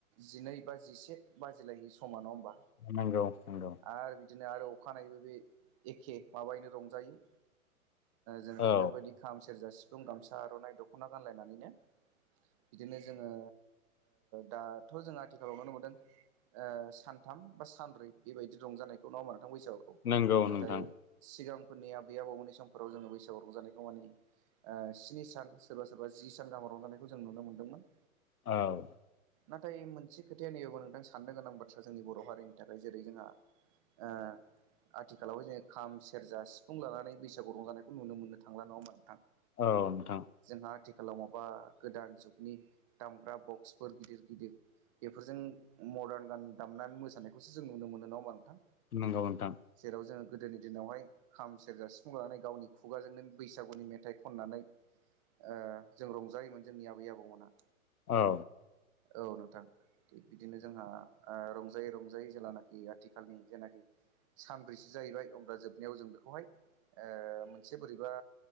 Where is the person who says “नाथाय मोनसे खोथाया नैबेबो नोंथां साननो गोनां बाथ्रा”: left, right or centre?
Right